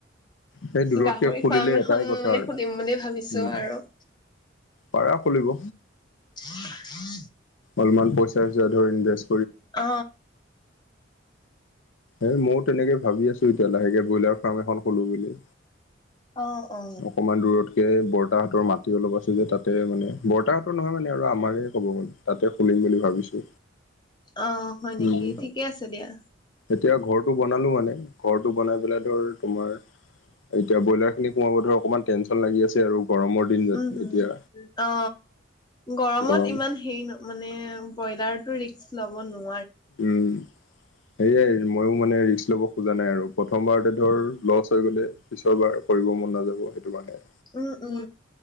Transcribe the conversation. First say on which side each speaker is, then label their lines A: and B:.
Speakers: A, on the left; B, on the left.
A: সেই দূৰতকে
B: গাহৰি
A: খুলিলে
B: ফাৰ্ম
A: এটাই
B: এখন
A: কথা
B: মানে
A: আৰু
B: খুলিম বুলি ভাবিছো
A: উম
B: আৰু
A: পাৰা খুলিব।
B: হ উ <unintelligible>
A: অলপমান পইচা চইচা ধৰি ইনভেচ
B: অ
A: এ মইও তেনেকে ভাবি আছো এতিয়া লাহেকে ব্ৰইলাৰ ফাৰ্ম এখন খোলো বুলি।
B: অ অ
A: অকমান দূৰতকে বৰ। বৰ্তাহতৰ মাটি অলপ আছে যে তাতে মানে বৰ্তাহঁতৰ নহয় মানে আৰু আমাৰ ক'ব গ'লে তাতে খুলিম বুলি ভাবিছো।
B: অ হয় নেকি
A: উম
B: ঠিকে আছে দিয়া
A: এতিয়া ঘৰটো বনালো মানে। ঘৰটো বনাই পেলাই ধৰ তোমাৰ এতিয়া ব্ৰইলাৰ তোমাৰ বোধ হয় অকমান টেনশন লাগি আছে আৰু গৰমৰ দিন
B: উম উম
A: এতিয়া
B: অ গৰমত
A: গৰম
B: ইমান হেৰি ন মানে ব্ৰইলাৰটো ৰিস্ক ল'ব নো
A: উম সেয়াই মইও। মানে ৰিস্ক লব খোজা নাই আৰু প্ৰথমবাৰতে ধৰ লছ হৈ গ'লে পিছৰ বাৰ কৰিব মন নাযাব সেইটো কাৰণে।
B: উম উম